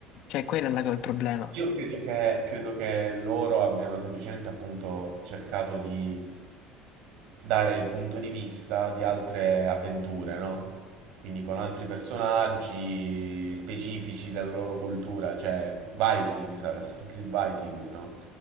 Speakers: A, on the left; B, on the right.
A: cioè, quello è la- il problema.
B: Credo che, credo che loro abbiano semplicemente appunto cercato di dare il punto di vista di altre avventure, no? Quindi con altri personaggi specifici della loro cultura, cioè Vikings, Assassin's Creed Vikings, no?